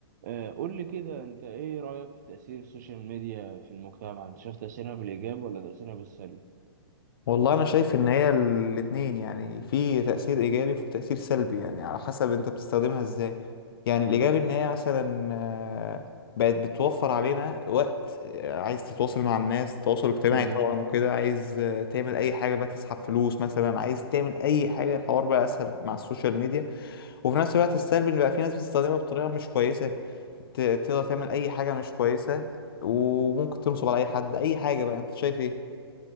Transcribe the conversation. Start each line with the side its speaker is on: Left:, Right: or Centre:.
Right: آه، قول لي كده انت ايه رأيك في تأثير السوشيال ميديا في المجتمع انت شايف تأثيرها بالإيجاب ولا تأثيرها بالسلب
Left: والله انا شايف ان هي الاتنين يعني في تأثير ايجابي وفي تأثير سلبي يعني على حسب انت بتستخدمها ازاي يعني الايجابي ان هي مثلا آه، بقت بتوفر علينا وقت آه، عايز تتواصل مع الناس تواصل اجتماعي
Right: امم
Left: طبعا وكده عايز آه، تعمل اي حاجة بقى تسحب فلوس مثلا عايز تعمل اي حاجة الحوار بقى اسهل مع السوشيال ميديا وفي نفس الوقت السلبي ان بقى في ناس بتستخدمها بطريقة مش كويسة ت- تقدر تعمل اي حاجة مش كويسة وممكن تنصب على اي حد اي حاجة بقى انت شايف ايه